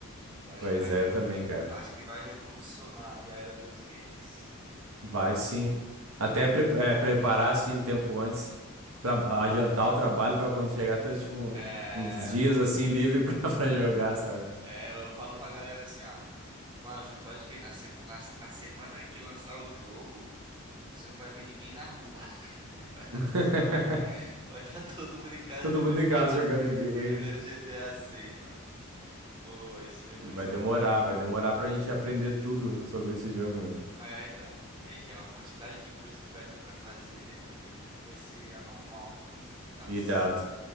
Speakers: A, on the right; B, on the right.
A: Eu acho
B: Pois
A: que vai,
B: é,
A: re-
B: eu também, cara.
A: acho que vai revolucionar aí a era dos games.
B: Vai sim. Até pre- é, preparar, assim, um tempo antes, tra- adiantar o trabalho pra quando chegar ter, tipo,
A: É,
B: um- uns dias,
A: pô.
B: assim, livre <laughs> pra, pra jogar, sabe?
A: É, eu falo pra galera assim, ó. Mano, você pode ver, na, sema- na, na semana que lançar o jogo, você não vai ver ninguém na rua. <laughs> Vai estar
B: <laughs>
A: todo mundo, em- vai tá todo mundo em casa
B: Todo
A: jogando,
B: mundo em
A: esse-
B: casa jogando game.
A: jogando GTA 6, mano. Pô, esse jogo
B: E
A: vai
B: vai
A: ser
B: demorar,
A: muito
B: vai demorar pra gente aprender tudo sobre esse jogo, né?
A: É, então. Ixi, a quantidade de coisa que vai ter pra fazer dentro daquele jogo vai ser anormal, mano. Vai ser, nossa,
B: Irado.